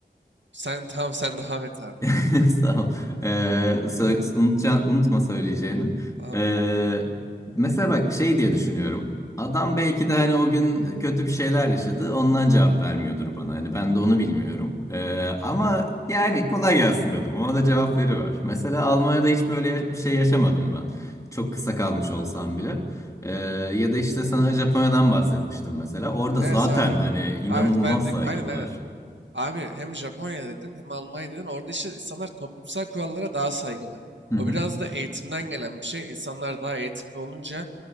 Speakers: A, on the right; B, on the left.
A: sen <laughs> tamam sen devam et abi.
B: <laughs> Sağ ol. Ee, sö- unutca- unutma söyleyeceğini.
A: Tamam.
B: Ee, mesela bak şey diye düşünüyorum. Adam belki de hani o gün kötü bir şeyler yaşadı. Ondan cevap vermiyordur bana. Hani ben de onu bilmiyorum. Ee, ama yani kolay gelsin dedim. Ona da cevap veriver. Mesela Almanya'da hiç böyle ya- bir şey yaşamadım ben. Çok kısa kalmış olsam bile. Ee, ya da işte sana Japonya'dan bahsetmiştim mesela. Orada
A: Evet
B: zaten
A: abi. Abi
B: hani inanılmaz
A: Evet ben de
B: saygılılar.
A: aynen aynen. Abi hem Japonya dedin hem Almanya dedin. Orada işte insanlar toplumsal kurallara daha saygılı.
B: Hı
A: O
B: hı.
A: biraz da eğitimden gelen bir şey. İnsanlar daha eğitimli olunca